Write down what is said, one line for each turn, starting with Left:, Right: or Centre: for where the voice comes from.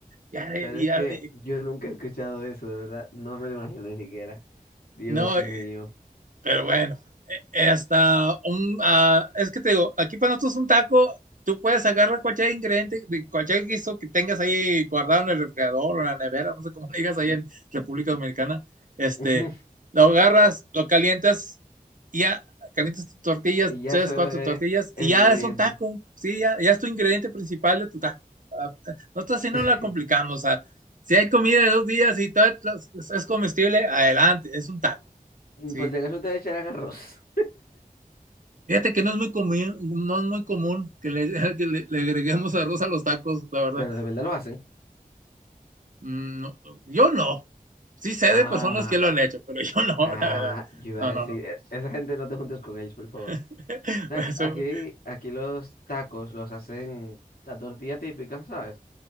Right: ya,
Left: Pero
Right: ya,
Left: es que
Right: ya.
Left: yo nunca he escuchado eso, de verdad. No me lo imagino ni siquiera. Dios
Right: no,
Left: mío.
Right: eh, pero bueno, hasta un, uh, es que te digo, aquí para nosotros un taco, tú puedes agarrar cualquier ingrediente, cualquier guiso que tengas ahí guardado en el refrigerador o en la nevera, no sé cómo le digas ahí en República Dominicana, este,
Left: <laughs>
Right: lo agarras, lo calientas, y ya calientas tus tortillas,
Left: Y ya
Right: tres,
Left: eso
Right: cuatro
Left: es
Right: tortillas,
Left: el
Right: y
Left: ingrediente.
Right: ya es un taco, sí, ya, ya es tu ingrediente principal de tu taco. Ah, Nosotros así no
Left: <laughs>
Right: la complicamos, o sea, si hay comida de dos días y todo es comestible, adelante, es un taco, sí.
Left: Pues de acaso ustedes echarán arroz.
Right: Fíjate que no es muy común, no es muy común que le, <laughs> que le, le agreguemos arroz a los tacos, la verdad.
Left: Pero de verdad lo hacen.
Right: Mm, no, yo no. Sí sé
Left: Ah,
Right: de personas que lo han hecho, pero yo no, <laughs>
Left: ah,
Right: la verdad.
Left: yo iba
Right: No,
Left: a decir,
Right: no, no.
Left: "E- esa gente no te juntes con ellos, por favor.
Right: <laughs>
Left: O sea,
Right: Eso-
Left: aquí, aquí los tacos los hacen la tortilla típica, ¿sabes?